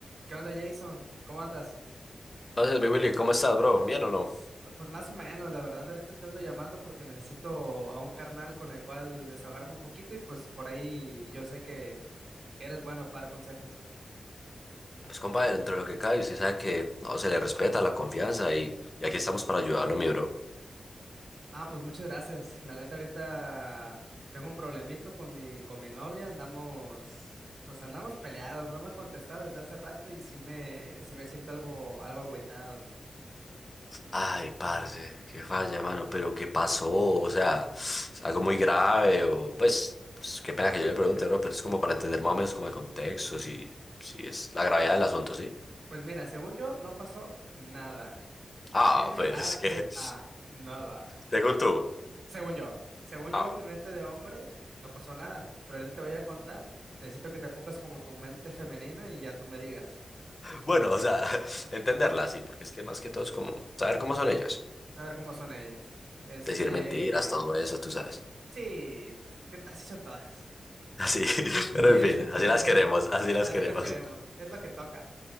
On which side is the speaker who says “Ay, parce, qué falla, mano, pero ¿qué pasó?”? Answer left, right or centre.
Left